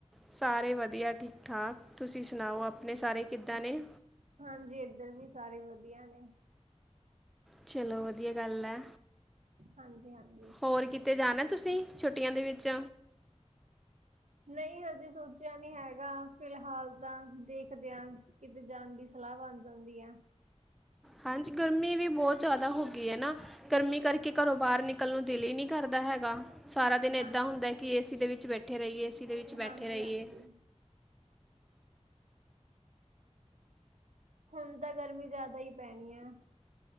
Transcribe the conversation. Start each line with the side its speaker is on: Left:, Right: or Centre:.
Centre: ਸਾਰੇ ਵਧੀਆ ਠੀਕ-ਠਾਕ ਤੁਸੀਂ ਸੁਣਾਓ? ਆਪਣੇ ਸਾਰੇ ਕਿੱਦਾਂ ਨੇ
Right: ਹਾਂਜੀ ਏਧਰ ਵੀ ਸਾਰੇ ਵਧੀਆ ਨੇ।
Centre: ਚਲੋ ਵਧੀਆ ਗੱਲ ਐ।
Right: ਹਾਂਜੀ-ਹਾਂਜੀ।
Centre: ਹੋਰ ਕਿਤੇ ਜਾਣਾ। ਤੁਸੀਂ ਛੁੱਟੀਆਂ ਦੇ ਵਿੱਚ
Right: ਨਈ ਹਜੇ ਸੋਚਿਆ ਨੀ ਹੈਗਾ ਫਿਲਹਾਲ ਤਾਂ ਦੇਖਦੇ ਆ। ਕਿਤੇ ਜਾਣ ਦੀ ਸਲਾਹ ਬਣ ਜਾਂਦੀ ਐ।
Centre: ਹਾਂਜੀ, ਗਰਮੀ ਵੀ ਬੌਤ ਜਾਦਾ ਹੋ ਗਈ ਐ ਨਾ। ਗਰਮੀ ਕਰਕੇ ਘਰੋਂ ਬਾਰ ਨਿਕਲ ਨੂੰ ਦਿਲ ਹੀ ਨੀ ਕਰਦਾ ਹੈਗਾ। ਸਾਰਾ ਦਿਨ ਏਦਾਂ
Right: ਹਾਂ
Centre: ਹੁੰਦੈ, ਕਿ ਏ ਸੀ ਦੇ ਵਿੱਚ ਬੈਠੇ ਰਹੀਏ-ਏ ਸੀ ਦੇ ਵਿੱਚ ਬੈਠੇ
Right: ਹਾਂਜੀ
Centre: ਰਈਏ।
Right: ਹਾਂਜੀ ਹੁਣ ਤਾਂ ਗਰਮੀ ਜਾਦਾ ਈ ਪੈਣੀ ਐ।